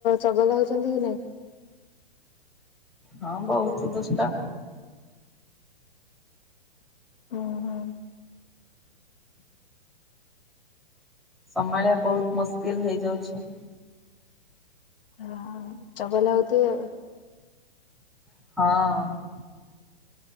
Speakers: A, on the left; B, in the centre.
A: ଚଗଲା ହଉଛନ୍ତି କି ନାଇଁ?
B: ହଁ ବହୁତୁ ଦୁଷ୍ଟ।
A: ଉଁ ହୁଁ।
B: ସମାଳିବା ବହୁତ ମୁସ୍କିଲ୍ ହେଇଯାଉଛି।
A: ହଁ ଚଙ୍ଗଲା ହଉଥିବେ ଆଉ।
B: ହଁ।